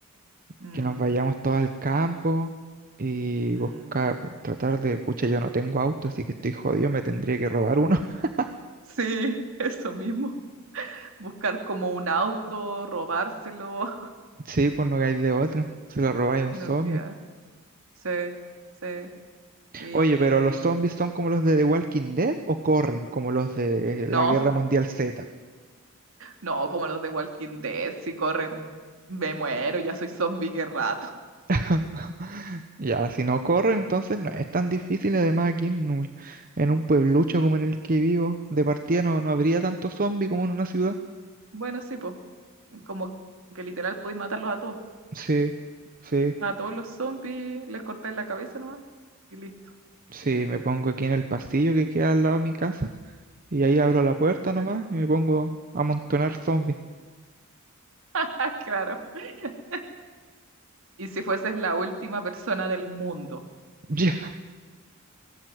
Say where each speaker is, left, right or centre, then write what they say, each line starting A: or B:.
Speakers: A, on the right; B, on the right.
A: Mm,
B: que nos vayamos todos al campo y
A: mm.
B: buscar, tratar de, pucha, yo no tengo auto, así que estoy jodido, me tendría que robar uno. <laughs>
A: Sí, <laughs> eso mismo. Buscar como un auto, robárselo,
B: Sí, pues no hay de otra, se lo robáis
A: <laughs>
B: a un
A: no
B: zombie.
A: queda. Sí, sí. Y
B: Oye, pero ¿los zombies son como los de The Walking Dead o corren como los de la
A: no,
B: Guerra Mundial Z?
A: no, como los de Walking Dead, si corren, me muero, ya soy zombie que rato.
B: <laughs> Ya, si no corren, entonces no es tan difícil. Además, aquí en un, en un pueblucho como en el que vivo, de partida no, no habría tanto zombie como en una ciudad.
A: Bueno, sí, pues, como que literal podéis matarlos a todos,
B: Sí, sí,
A: a todos los zombies, les cortáis la cabeza nomás y listo.
B: sí, me pongo aquí en el pasillo que queda al lado de mi casa y ahí abro la puerta nomás
A: Ya.
B: y me pongo a amontonar zombies.
A: <laughs> Ah, claro. <laughs> Y si fueses la última persona del mundo,
B: <laughs> Ya,